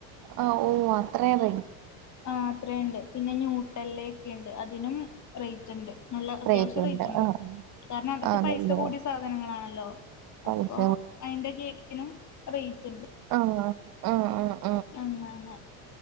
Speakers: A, on the right; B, on the left.
A: ആ ഓ അത്രേറെ
B: ആ അത്രേണ്ട് പിന്നെ ന്യൂട്ടെല്ലയെക്കിണ്ട് അത് തിനും റെയ്റ്റ്ണ്ട്. നല്ല അത്യാവശ്യ
A: റേറ്റ് ഉണ്ട്
B: റെയ്റ്റ്ണ്ട്
A: ആഹ്
B: കാരണതൊക്കെ
A: അതല്ലയോ
B: പൈസ കൂടിയ സാധനങ്ങളാണ ലോ
A: പൈസ
B: അപ്പൊ അയിന്റെ കേക്കിനും റെയ്റ്റൊൻ
A: ആ ആ ആ
B: അങ്ങനെ